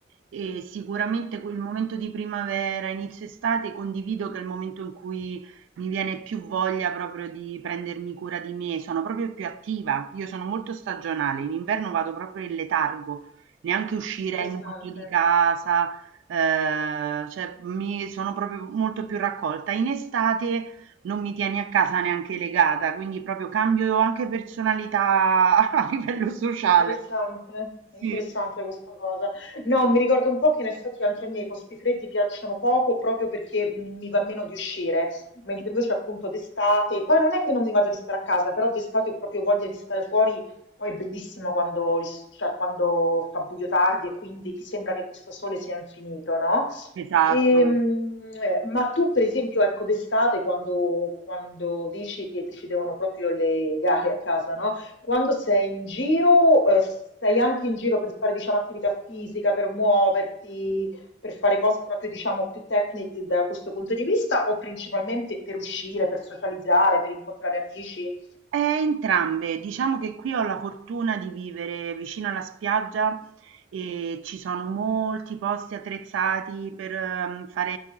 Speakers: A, on the right; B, on the left.
A: e sicuramente quel momento di primavera, inizio estate, condivido che è il momento in cui mi viene più voglia proprio di prendermi cura di me, sono proprio più attiva, io sono molto stagionale, in inverno vado proprio in letargo, neanche uscirei
B: Interessante.
A: molto di casa, eh, cioè mi sono proprio molto più raccolta. In estate... non mi tieni a casa neanche legata, quindi proprio cambio anche personalità <laughs> a livello sociale.
B: Interessante,
A: Sì,
B: interessante questa cosa. No, mi ricordo un po' che in effetti anche a me i posti freddi piacciono poco proprio perché mm, mi va meno di uscire, mentre invece appunto d'estate, poi non è che non mi vada di stare a casa, però d'estate ho proprio voglia di stare fuori, poi è bellissimo quando, il- cioè, quando fa buio tardi e quindi ti sembra che questo sole sia infinito, no?
A: Esatto.
B: E, mm, eh, ma tu per esempio, ecco, d'estate quando, quando dici che ti ci devono proprio le gare a casa, no? Quando sei in giro, eh, sei anche in giro per fare, diciamo, attività fisica, per muoverti, per fare cose proprio, diciamo, più tecniche da questo punto di vista, o principalmente per uscire, per socializzare, per incontrare amici?
A: E entrambe, diciamo che qui ho la fortuna di vivere vicino alla spiaggia e ci sono molti posti attrezzati per ehm, fare